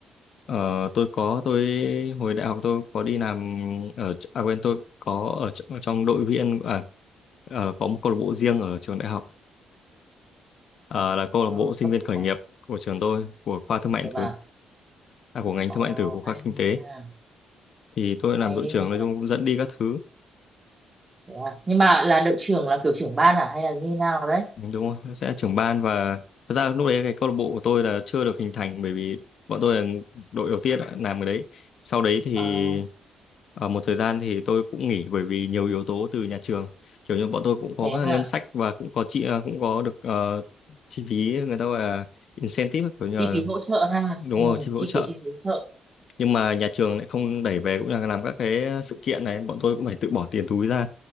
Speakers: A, on the left; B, on the right.
A: ờ, tôi có tôi hồi đại học tôi có đi làm ở à quên tôi có ở tr- trong đội viên à ờ, có một câu lạc bộ riêng ở trường đại học Ờ, là câu
B: ờ,
A: lạc bộ sinh
B: câu
A: viên
B: lạc bộ
A: khởi nghiệp của trường tôi của
B: sinh
A: khoa
B: viên
A: thương
B: khởi
A: mại
B: nghiệp
A: điện tử
B: à
A: à, của ngành
B: ờ,
A: thương mại điện tử của khoa
B: hay
A: kinh
B: nha
A: tế thì tôi
B: hay
A: làm đội
B: đấy
A: trưởng
B: nha
A: nói chung cũng dẫn đi các thứ
B: Thế à. nhưng mà là đội trưởng là kiểu trưởng ban à hay là như nào đấy
A: đúng rồi nó sẽ là trưởng ban và thật ra lúc đấy cái câu lạc bộ của tôi là chưa được hình thành bởi vì bọn tôi là đội đầu tiên đã làm cái đấy sau đấy thì
B: Ờ,
A: ở một thời gian thì tôi cũng nghỉ bởi vì nhiều yếu tố từ nhà trường kiểu như bọn tôi cũng có
B: thế
A: các
B: à
A: ngân sách và cũng có chị cũng có được ờ, chi phí người ta gọi là incentive kiểu như
B: chi
A: là
B: phí hỗ trợ ha
A: đúng
B: ừ,
A: rồi chi phí hỗ
B: chi
A: trợ
B: kiểu chi phí hỗ trợ
A: nhưng mà nhà trường lại không đẩy về cũng là làm các cái sự kiện này bọn tôi cũng phải tự bỏ tiền túi ra